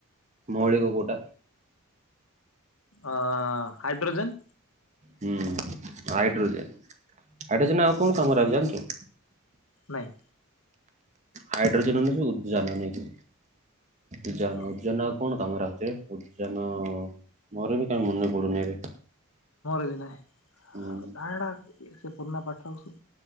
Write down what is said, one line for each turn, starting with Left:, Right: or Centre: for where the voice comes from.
Right: ମୌଳିକ କୋଉଟା?
Left: ଅ ହାଇଡ୍ରୋଜେନ୍
Right: ହୁଁ ହାଇଡ୍ରୋଜେନ ହାଇଡ୍ରୋଜେନ ଆଉ କଣ କାମରେ ଆସେ ଜାଣିଛୁ।
Left: ନାହି
Right: ହାଇଡ୍ରୋଜେନ ଉଜାନ ନେଇକି ଉଜାନ
Left: ଓ
Right: ଉଦଜନ ଆଉ କଣ କାମରେଛେ ଉଦ୍ୟାନ ମୋର ବି କାହିଁ ମନେ ପଡୁନି ଏବେ
Left: ନ <unintelligible>
Right: ହୁଁ
Left: ସେ ପୁରୁଣା ପାଠ ସବୁ